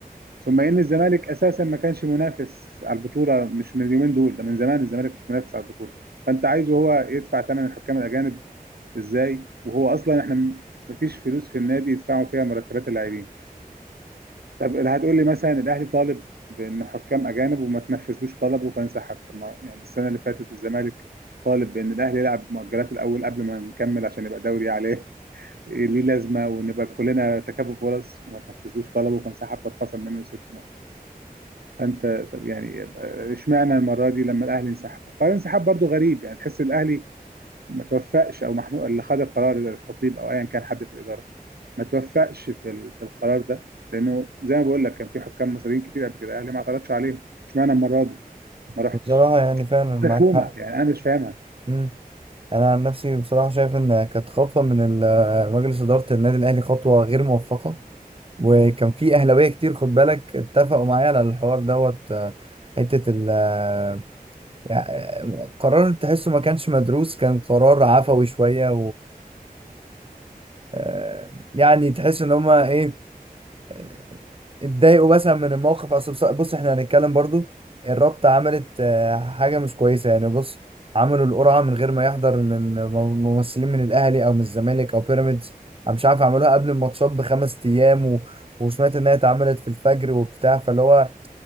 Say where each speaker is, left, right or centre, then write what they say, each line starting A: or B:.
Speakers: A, on the right (about 85°); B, on the right (about 35°).
A: ثم ان الزمالك اساسا ما كانش منافس على البطوله مش من اليومين دول ده من زمان الزمالك مش منافس على البطوله فانت عايزه هو يدفع ثمن الحكام الاجانب ازاي وهو اصلا احنا م- مفيش فلوس في النادي يدفعوا فيها مرتبات اللاعبين طب اللي هتقول لي مثلا الاهلي طالب بان حكام اجانب وما تنفذلوش طلبه فانسحب طب ما يعني السنه اللي فاتت الزمالك طالب بان الاهلي يلعب مؤجلاته الاول قبل ما نكمل عشان يبقى دوري عليه إيه ليه لازمه ونبقى كلنا تكافؤ فرص وما تنفذلوش طلبه فانسحب فاتخصم منه ست نقط فانت طب يعني اشمعنى المره دي لما الاهلي انسحب قرار الانسحاب برضو غريب يعني تحس الاهلي ما توفقش او محمود اللي خد القرار زي الخطيب او ايا كان حد في الاداره ما توفقش في ال- في القرار ده لانه زي ما بقول لك كان في حكام مصريين كتير قبل كده اهلي ما اعترضش عليهم اشمعنى المره دي ما رحتش
B: بصراحه يعني فعلا معاك
A: مفهومه
B: حق
A: يعني انا مش فاهمها
B: مم. انا عن نفسي بصراحه شايف ان كانت خطوه من ال- مجلس اداره النادي الاهلي خطوه غير موفقه وكان في اهلاويه كتير خد بالك اتفقوا معايا على الحوار دوت آه، حته ال آه، يعني قرار تحسه ما كانش مدروس كان قرار عفوي شويه آه، يعني تحس ان هما ايه آه، اتضايقوا مثلا من الموقف اصل بص بص احنا هنتكلم برضو الرابطة عملت آه، حاجة مش كويسة يعني بص عملوا القرعة من غير ما يحضر من م- ممثلين من الاهلي او من الزمالك او بيراميدز انا مش عارف عملوها قبل الماتشات بخمس ايام و... وسمعت انها اتعملت في الفجر وبتاع فاللي هو